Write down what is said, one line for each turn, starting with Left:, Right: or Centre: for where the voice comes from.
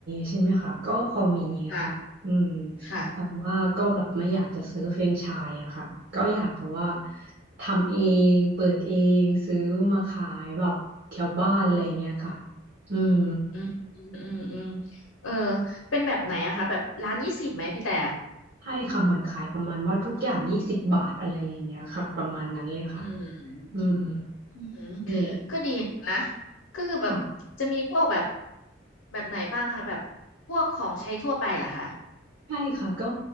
Right: ใช่ไหมคะก็พอมีค่ะอืม
Left: ค่ะค่ะ
Right: แต่ว่าก็แบบไม่อยากจะซื้อแฟรนไชส์อะค่ะก็อยากแบบว่าทำเองเปิดเองซื้อมาขายแบบแถวบ้านอะไรอย่างเงี้ยค่ะอืม
Left: อืมอืมอืมอืมเออเป็นแบบไหนอะคะแบบร้านยี่สิบไหมพี่แต่
Right: ให้คำเหมือนขายประมาณว่าทุกอย่างยี่สิบบาทอะไรอย่างเงี้ยค่ะประมาณนั้นเลยค่ะ
Left: อืม
Right: อืม
Left: อืม
Right: แหละ
Left: ก็ดีนะคะก็คือแบบจะมีพวกแบบ
Right: ค่ะ
Left: แบบไหนบ้างคะแบบพวกของใช้ทั่วไปเหรอคะ
Right: ใช่ค่ะก็